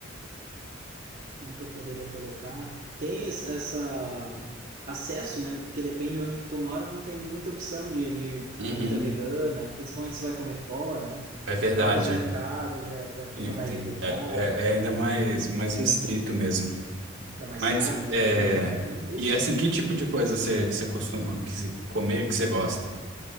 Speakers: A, on the right (about 45°); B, on the right (about 70°).
A: como que eu poderia colocar? Tem es- essa acesso, né? Porque depende de onde que tu mora, não tem nem muita opção de, de
B: Uhum,
A: comida vegana, principalmente se vai comer fora, né?
B: é verdade.
A: Próprios mercados já, já fica
B: Tem-
A: mais
B: tem-
A: limitado,
B: é, é- é ainda mais, mais restrito mesmo.
A: fica mais
B: Mas,
A: caro também,
B: é...
A: então, ixi.
B: E assim, que tipo de coisa você, você costuma que se- comer que você gosta?